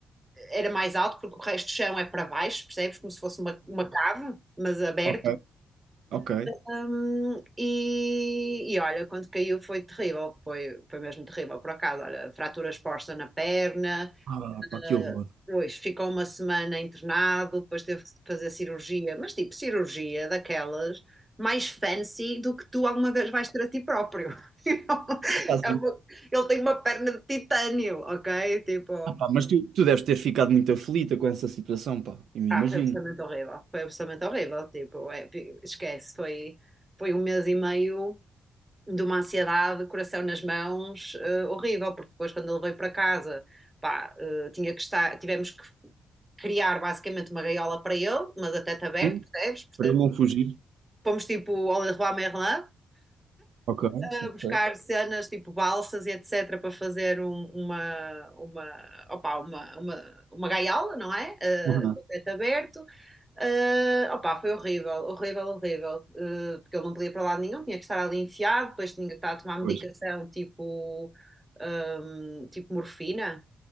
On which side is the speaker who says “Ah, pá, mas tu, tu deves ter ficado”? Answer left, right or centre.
Right